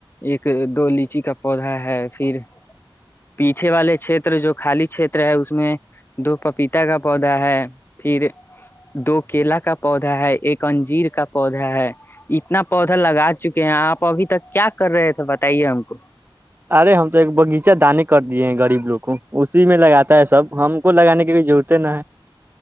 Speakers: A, on the left (about 25°); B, on the right (about 25°).
A: ایک دو لیچی کا پودا ہے پھر پیچھے والے چھیتر جو خالی چتر ہے اس میں دو پپیتا کا پودا ہے پھر دو کیلا کا پودا ہے ایک انجیر کا پودا ہے اتنا پودا لگا چکے ہیں آپ ابھی تک کیا کر رہے تھے بتائیے ہم کو
B: ارے ہم تو ایک باغیچہ دانے کر دیے ہیں غریب لوگ اسی میں لگاتا ہے سب ہم کو لگانے کے بھی جوتے نہا ہے